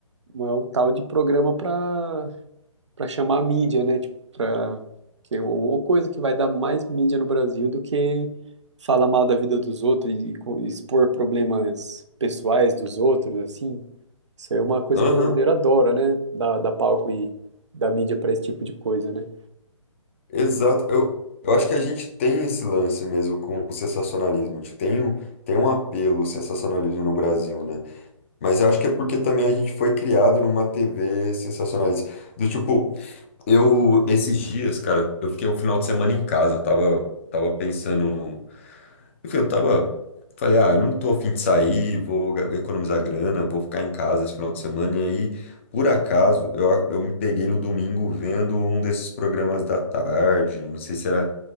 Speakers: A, on the right; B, on the left.
A: um- é um tal de programa pra, para chamar a mídia, né, tipo, pra, que é uma coisa que vai dar mais mídia no Brasil do que falar mal da vida dos outros e, co- expor problemas pessoais dos outros, assim. Isso aí é uma coisa
B: Aham,
A: que o brasileiro adora, né, dar, dar palco e dar mídia pra esse tipo de coisa, né.
B: exato. Eu, eu acho que a gente tem esse lance mesmo com o sensacionalismo. Tipo, tem um, tem um apelo ao sensacionalismo no Brasil, né? Mas eu acho que é porque também a gente foi criado numa TV sensacionalista. Do tipo, Eu, esses dias, cara, eu fiquei um final de semana em casa. Eu tava, tava pensando. Enfim, eu tava. Falei, ah, eu não tô a fim de sair, vou ga- economizar grana, vou ficar em casa esse final de semana. E aí, por acaso, eu, a- eu me peguei no domingo vendo um desses programas da tarde. Não sei se era,